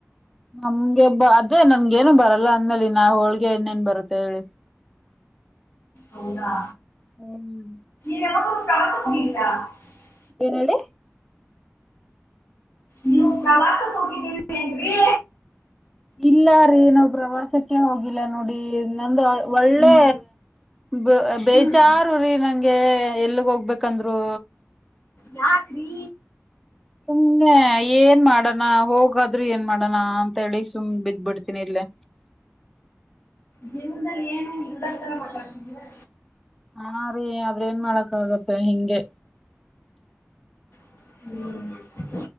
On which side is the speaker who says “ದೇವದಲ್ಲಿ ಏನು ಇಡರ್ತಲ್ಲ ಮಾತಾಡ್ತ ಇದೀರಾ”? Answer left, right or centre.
Left